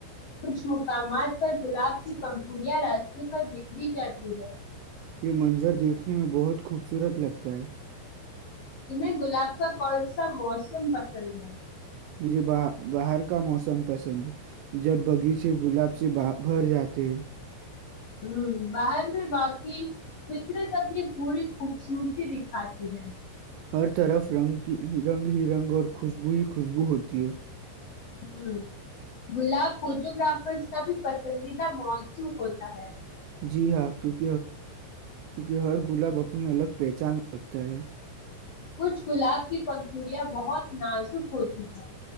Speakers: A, on the left; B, on the right.
A: کچھ مقامات پر گلاب کی پنکھڑیاں راستے پر بکھری جاتی ہے
B: یہ منظر دیکھنے میں بہت خوبصورت لگتا ہے
A: تمہیں گلاب کا کون سا موسم پسند ہے
B: مجھے ب باہر کا موسم پسند ہے جب باغیچے گلاب سے بھر جاتے ہیں
A: ہ باہر میں باقعی فطرت اپنی پوری خوبصورتی دکھاتی ہے
B: ہر طرف رنگ رنگ ہی رنگ اور خوشبو ہی خوشبو ہوتی ہے
A: ہ گلاب فوٹو گرافرس کا بھی پسندیدہ موضوع ہوتا ہے
B: جی ہاں کیک کیکہ ہر گلاب اپنی الگ پہچان رکھتا ہے
A: کچھ گلاب کی پکڑیاں بہت نازک ہوتی ہیں